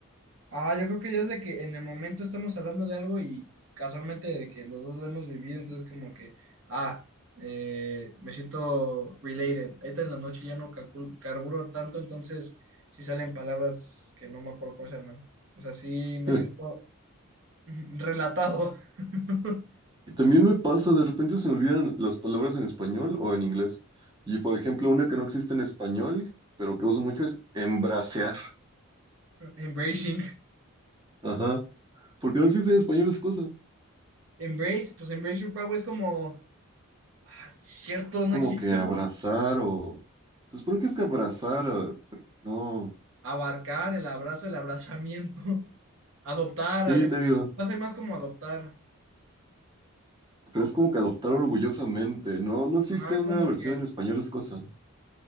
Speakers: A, on the right; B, on the right.
A: Ah, yo creo que ya es de que en el momento estamos hablando de algo y casualmente de que los dos lo hemos vivido, entonces como que, ah, eh, me siento related. Ahorita en la noche ya no calculo, carburo tanto, entonces sí salen palabras que no me acuerdo cómo se llaman. O sea, sí
B: <laughs>
A: me siento <laughs> relatado. <laughs>
B: Y también me pasa, de repente se me olvidan las palabras en español o en inglés. Y por ejemplo, una que no existe en español, pero que uso mucho es embracear.
A: Embracing.
B: Ajá. Porque no existe en español esa cosa.
A: Embrace, pues embrace your power es como, ah, cierto,
B: Es como
A: no existe,
B: que abrazar
A: ¿verdad?
B: o... Se supone que es que abrazar, ah, pero no.
A: Abarcar, el abrazo, el abrazamiento. <laughs> Adoptar,
B: Sí,
A: ah, yo,
B: te
A: va
B: digo.
A: a ser más como adoptar.
B: Pero es como que adoptar orgullosamente. No, no existe
A: Ajá, es
B: una
A: como
B: versión
A: que,
B: en español esa cosa.